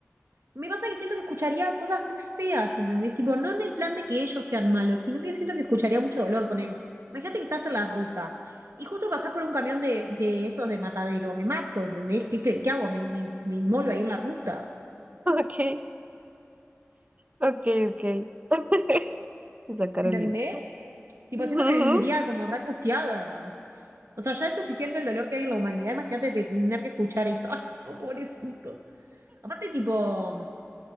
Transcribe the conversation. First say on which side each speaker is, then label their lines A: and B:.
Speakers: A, on the right; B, on the right.
A: Me pasa que siento que escucharía cosas muy feas, ¿entendés? Tipo, no en el plan de que ellos sean malos, sino que siento que escucharía mucho dolor, ponele. Imagínate que estás en la ruta y justo pasás por un camión de, de esos de matadero. Me mato, ¿entendés? ¿Qué, qué, qué hago? Me, me, me inmolo ahí en la ruta,
B: <laughs> Ok, ok, ok. <laughs> Esa Carolina.
A: ¿entendés? Tipo,
B: Ujú,
A: siento que viviría como re angustiada. O sea, ya es suficiente el dolor que hay en la humanidad. Imagínate tener que escuchar eso. ¡Ay, no, pobrecito! Aparte, tipo,